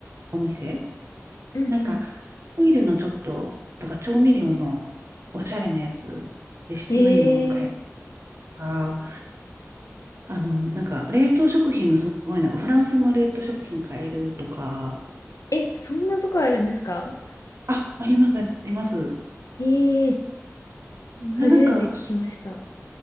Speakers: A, on the right; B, on the left.
A: お店
B: うんうん。
A: なんか、トイレのちょっと、だから調味料のおしゃれなやつで質のいいもの買えると
B: ええ
A: か、あの、なんか冷凍食品のすごいなんかフランスの冷凍食品買えるとか、
B: え、そんなとこあるんですか
A: あ、あります、あります。
B: ええ
A: な、
B: 初めて聞きました。
A: なんか、